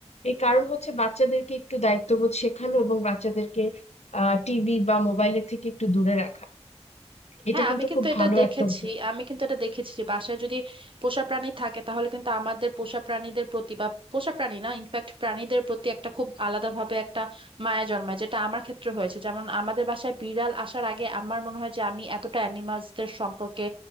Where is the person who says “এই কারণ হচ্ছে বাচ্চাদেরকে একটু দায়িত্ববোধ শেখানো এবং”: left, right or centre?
Left